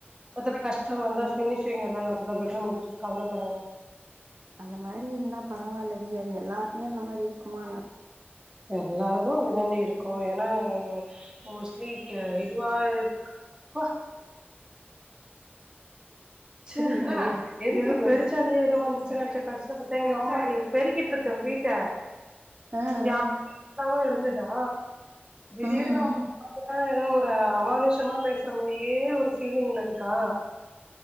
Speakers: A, on the right (about 20°); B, on the right (about 75°).
A: எது கஷ்ட வந்தா ஃபினிஷிங் எல்லா நல்லபடியா முடிஞ்ச்சிரு கவலப்படாத
B: அந்த மாரி இருந்தா பரவாயில்லடி அது எல்லாருக்குமே அந்த மாரி இருக்குமா
A: எல்லாருக்கு இப்டி தாண்டி இருக்கு ஏன்னா மோஸ்ட்லி இதுவா இருக் போ ச்ச
B: புரியல என்னடி
A: எதுக்கு பெருச்சாளியோ ஏதோ வந்துச்சு அடிச்சேன் கஷ்டப்பட்டு எம்மாடி பெருக்கிட்ருக்க வீட்ட
B: ஆ
A: எ
B: ஆ
A: அக்காவு இருந்துதா திடீருனு
B: ஆ ம்
A: <unintelligible> எதா ஒரு அமானுஷமா பேசுற மாரியே ஒரு ஃபீலிங்ல இருக்கா